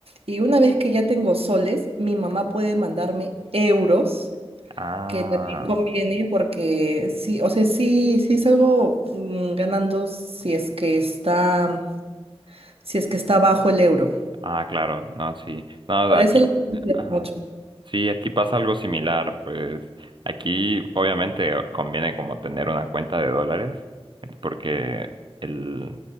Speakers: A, on the right; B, on the right.
A: Y una vez que ya tengo soles, mi mamá puede mandarme euros
B: Ah.
A: que también conviene porque sí, o sea, sí, sí salgo mm, ganando si es que está, si es que está bajo el euro.
B: Ah, claro, no, sí. No,
A: Por
B: aquí,
A: eso la utilizo
B: ajá.
A: mucho.
B: Sí, aquí pasa algo similar, pues aquí obviamente conviene como tener una cuenta de dólares, eh, porque el,